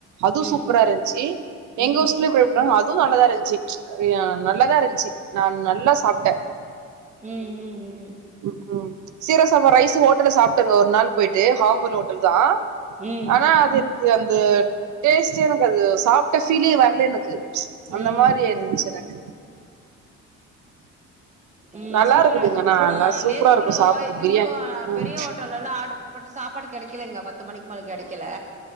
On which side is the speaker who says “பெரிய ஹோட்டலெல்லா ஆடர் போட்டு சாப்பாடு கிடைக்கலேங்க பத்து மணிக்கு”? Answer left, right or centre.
Right